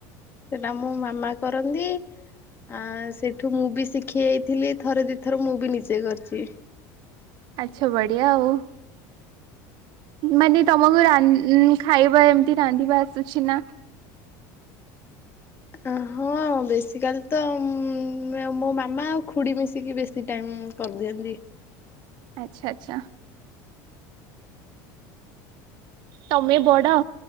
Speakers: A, on the left (about 25°); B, on the right (about 55°).
A: ସେଟା ମୋ ମାମା କରନ୍ତି ଆ ସେଠୁ ମୁଁ ବି ଶିଖି ଯାଇଥିଲି ଥରେ ଦିଥର ମୁଁ ବି ନିଜେ କରିଛି ।
B: ଆଛା ବଢିଆ ଆଉ । ମାନେ ତମକୁ ରାନ୍ ଖାଇବା ଏମତି ରାନ୍ଧିବା ଆସୁଛି ନା?
A: ଆ ହଁ ବେଶୀ କାଲି ତ ଉଁ ମାନେ ମୋ ମାମା ଆଉ ଖୁଡି ମିଶିକି ବେଶୀ ଟାଇମ୍ ହୁଁ କରିଦିଅନ୍ତି।
B: ଆଚ୍ଛା ଆଚ୍ଛା। ତମେ ବଡ